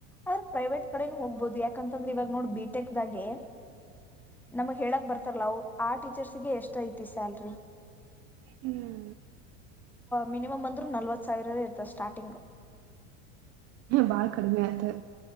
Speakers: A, in the centre; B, on the right (about 40°).
A: ಅವ್ರ ಪ್ರೈವೇಟ್ ಕಡೆನೂ ಹೋಗ್ಬಹದು ಯಾಕಂತಂದ್ರೆ ಇವಾಗ ನೋಡ್ ಬಿಟೆಕ್ ದಾಗೆ ನಮಗ್ ಹೇಳಕ್ ಬರ್ತಾರಲ್ಲ ಆ ಟೀಚರ್ಸ್ಗೆ ಎಷ್ಟ ಐತಿ ಸ್ಯಾಲ್ರಿ
B: ಹ್ಮ್
A: ಮಿನಿಮಮ್ ಅಂದ್ರರು ನಲ್ವತ್ ಸಾವಿರ ಇರ್ತ ಸ್ಟಾರ್ಟಿಂಗ್
B: ಬಳ ಕಡಿಮೆ ಆತು